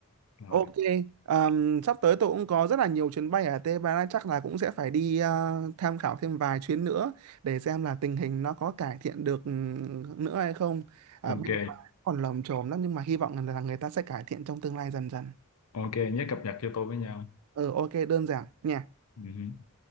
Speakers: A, on the left; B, on the right.
A: rồi
B: ok. Ờm, sắp tới tôi cũng có rất là nhiều chuyến bay ở Tây Ban Nha chắc là cũng sẽ phải đi à, tham khảo thêm vài chuyến nữa để xem là tình hình nó có cải thiện được ừm, nữa hay không. À,
A: ok
B: bên ngoài còn lởm chởm lắm nhưng mà hy vọng là người ta sẽ cải thiện trong tương lai dần dần.
A: ok nhớ cập nhật cho tôi với nhau
B: Ừ, ok, đơn giản nha.
A: ừ.